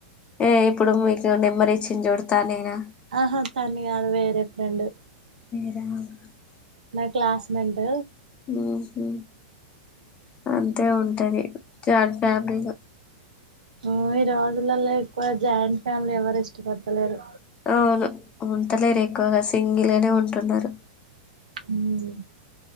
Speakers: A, on the left (about 25°); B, on the right (about 65°).
A: ఏ ఇప్పుడు మీకు నెంబర్ ఇచ్చింది చూడు తనే నా
B: ఆహా తను కాదు వేరే ఫ్రెండు
A: ఆ
B: నా క్లాస్మేంట్
A: హ్మ్ హు అంతే ఉంటది జాయింట్ ఫ్యామిలీలో
B: మ్మ్ ఈ రోజులలో ఎక్కువ జాయింట్ ఫ్యామిలీ ఎవరు ఇష్టపడతలేరు
A: అవును ఉంటలేరు ఎక్కువగా సింగిల్గానే ఉంటున్నారు
B: మ్మ్